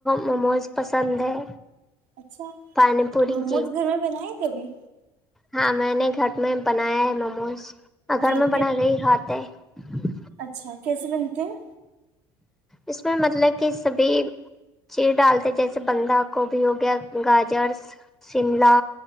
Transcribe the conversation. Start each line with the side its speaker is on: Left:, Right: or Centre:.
Centre: موموز پسند ہے
Right: اچھا
Centre: پانی پوری
Right: موموز
Centre: جی
Right: گھر میں بناائے کبھی
Centre: ہاں میں نے گھر میں بنایا ہے موموز گھر
Right: وہ
Centre: میں
Right: کس
Centre: بنا گئی ہات ہے <unintelligible>
Right: اچھا کیسے بنتے ہیں
Centre: اس میں مطلب کہ سبھی چیز ڈالتے جیسے بندھا گوبھی ہو گیا گاجر شملہ